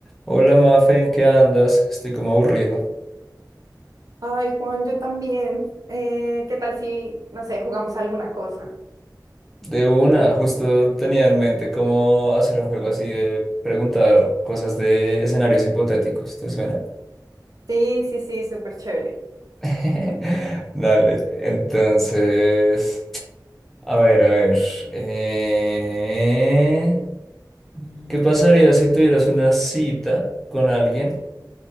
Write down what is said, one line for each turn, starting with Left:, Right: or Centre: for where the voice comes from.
Centre: Hola Mafe, ¿en qué andas? Estoy como aburrido.
Right: Ay, Juan, yo también. Eh, ¿qué tal si, no sé, jugamos alguna cosa?
Centre: De una, justo tenía en mente cómo hacer un juego así de preguntar cosas de escenarios hipotéticos, ¿te suena?
Right: Sí, sí, sí, súper chévere.
Centre: <laughs> Dale, entonces, a ver, a ver. eh, ¿Qué pasaría si tuvieras una cita con alguien